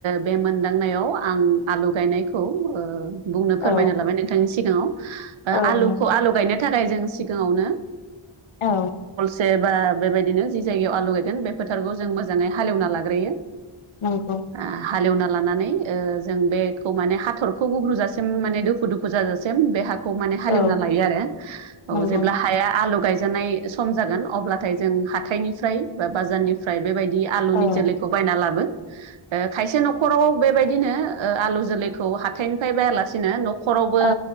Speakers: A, on the right; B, on the left.
A: बे मोनदांनायाव आं आलु गायनायखौ बुंनो
B: औ
A: फोरमायनो लाबाय नोंथांनि सिगाङाव
B: औ
A: आलुखौ आलु गायनो थाखाय जों सिगाङावनो
B: औ
A: सेबा बेबायदिनो जि जायगायाव आलु गायगोन बे फोथारखौ जों मोजाङै हालेवना लाग्रोयो
B: औ औ
A: ओ हालेवना लानानै जों बेखौ माने हाथरखौ गुब्रुजासिम माने दुफु दुफु जाजासिम बे ह खौ माने हालेवना
B: औ
A: लायो आरो
B: नंगौ
A: जेब्ला हाया आलौ गायजानाय सम जागोन अब्लाथाय जों हाथाइनिफ्राय बा बाजारनिफ्राय बेबायदि आलुनि
B: औ
A: जोलैखौ बायना लाबो खायसे न'खराव बेबायदिनो आलु जोलैखौ हाथायनिफ्राय बायालासिनो न' न'खरावबो
B: औ